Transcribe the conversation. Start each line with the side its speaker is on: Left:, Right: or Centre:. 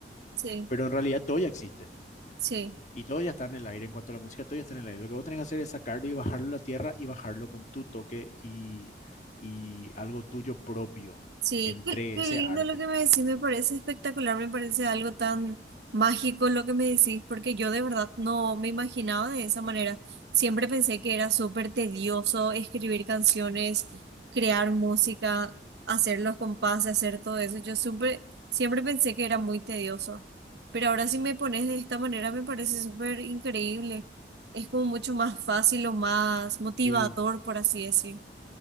Right: sí,
Left: pero en realidad todo ya existe.
Right: sí,
Left: Y todo ya está en el aire, en cuanto a la música, todo ya está en el aire. Lo que vos tenés que hacer es sacarlo y bajarlo a la tierra y bajarlo con tu toque y, y algo tuyo propio
Right: sí,
Left: que entre
Right: qué, qué
Left: ese
Right: lindo
Left: arte.
Right: lo que me decís, me parece espectacular, me parece algo tan mágico lo que me decís, porque yo de verdad no me imaginaba de esa manera. Siempre pensé que era súper tedioso escribir canciones, crear música, hacer los compases, hacer todo eso. Yo siempre, siempre pensé que era muy tedioso, pero ahora si me pones de esta manera me parece súper increíble. Es como mucho más fácil o más motivador,
Left: Sí,
Right: por así decir.